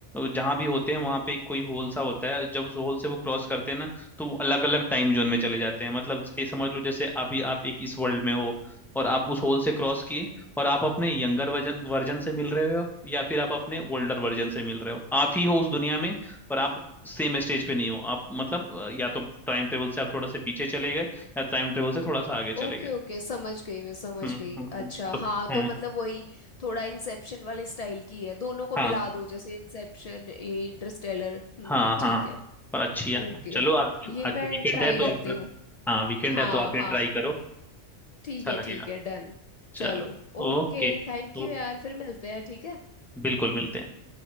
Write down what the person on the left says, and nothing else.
ओके
ओके समझ गई मैं समझ
गई अच्छा
हाँ
तो मतलब वही थोड़ा इंसेप्शन वाले स्टाइल की है दोनों को
मिला दो जैसे इंसेप्शन इंटरस्टेलर हम्म
ठीक
है
ओके
ये
मैं
ट्राई
करती
हूँ
हाँ
हाँ
ठीक
है
ठीक है डन
चलो ओके
थैंक यू
यार फिर मिलते हैं ठीक है